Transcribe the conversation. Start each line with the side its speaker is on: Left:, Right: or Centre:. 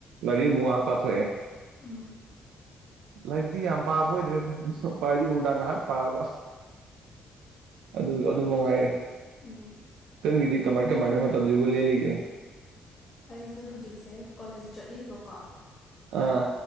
Right: ꯂꯥꯏꯔꯤꯛ ꯑꯃꯨꯛ ꯉꯍꯥꯛ ꯄꯥꯊꯣꯛꯑꯦ
Left: ꯎꯝ
Right: ꯂꯥꯏꯔꯤꯛꯇꯤ ꯌꯥꯝ ꯄꯥꯕ ꯑꯣꯏꯗ꯭ꯔꯦꯗ ꯄꯥꯗꯤ ꯅꯨꯡꯗꯥꯡ ꯉꯥꯏꯍꯥꯛ ꯄꯥꯕ ꯑꯗꯨ ꯑꯗꯨ ꯃꯉꯥꯏꯔꯦ
Left: ꯎꯝ
Right: ꯅꯪꯒꯤꯗꯤ꯫ ꯀꯃꯥꯏ- ꯀꯃꯥꯏꯅ ꯃꯇꯝꯖꯤꯕꯨ ꯂꯦꯜꯂꯤꯒꯦ?
Left: ꯑꯩꯖꯨ ꯍꯧꯖꯤꯛꯁꯦ ꯀꯣꯂꯦꯖ ꯆꯠꯂꯤꯕ ꯀꯣ
Right: ꯑꯥ꯫